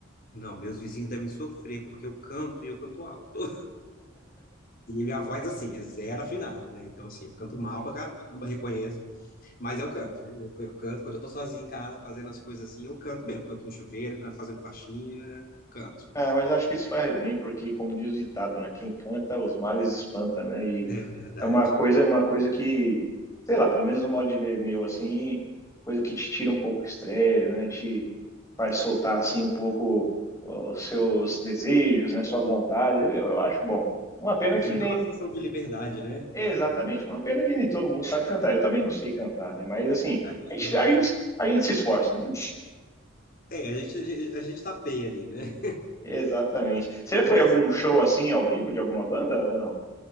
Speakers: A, on the left; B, on the left.
A: Não, meus vizinhos devem sofrer, porque eu canto e eu canto alto. <laughs> E minha voz, assim, é zero afinada, né? Então, assim, eu canto mal pra caramba, reconheço. Mas eu canto, viu? Eu, eu canto. Quando eu tô sozinho em casa fazendo as coisas assim, eu canto mesmo. Canto no chuveiro, canto fazendo faxina, canto.
B: Ah, mas acho que isso faz bem, porque, como diz o ditado, né? Quem canta, os males espanta, né? E
A: É verdade.
B: é uma coisa, uma coisa que, sei lá, pelo menos no modo de ver meu, assim, coisa que te tira um pouco o estresse, né? Te faz soltar, assim, um pouco os seus desejos, né? Suas vontades. Eu, eu acho bom. Uma pena
A: Pois
B: que
A: é, dá
B: nem...
A: uma sensação de liberdade, né?
B: Exatamente, uma pena que nem todo mundo sabe cantar. Eu também não sei cantar, né? Mas, assim,
A: A gente
B: a gente,
A: não
B: a
A: dá.
B: gente, a gente se esforça, né?
A: É, a gente, a gente, a gente tapeia ali, né?
B: <laughs> Exatamente. Você já foi
A: Mas
B: a algum
A: você tava.
B: show, assim, ao vivo, de alguma banda ou não?